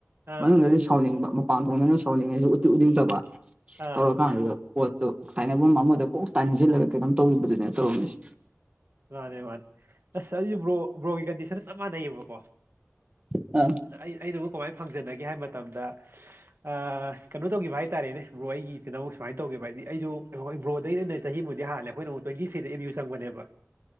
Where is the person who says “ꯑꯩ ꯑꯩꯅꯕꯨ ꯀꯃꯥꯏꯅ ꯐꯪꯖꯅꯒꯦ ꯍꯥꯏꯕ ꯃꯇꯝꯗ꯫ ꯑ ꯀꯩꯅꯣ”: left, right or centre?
Right